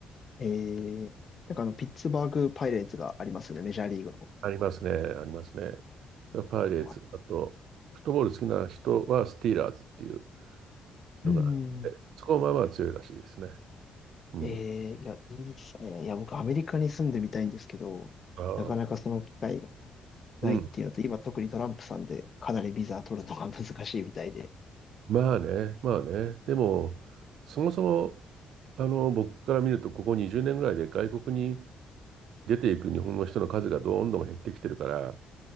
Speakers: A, on the left; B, on the right.
A: えー、なんかあの、ピッツバーグパイレーツがありますよね、メジャーリーグの。
B: ありますね。ありますね。それはパイレーツ。
A: はい。
B: あと、フットボール好きな人はスティーラーズっていうのがあってそこはまあまあ強いらしいですね。
A: うん。
B: うん。
A: えー、いや、いいですね。いや、僕、アメリカに住んでみたいんですけど、
B: ああ、
A: なかなかその機会がないっていうのと、
B: うん。
A: 今、特にトランプさんで、かなりビザ取るのが難しいみたいで。
B: まあね。まあね。でも、そもそも、あの、僕から見ると、ここ20年ぐらいで外国に出ていく日本の人の数がどんどん減ってきてるから、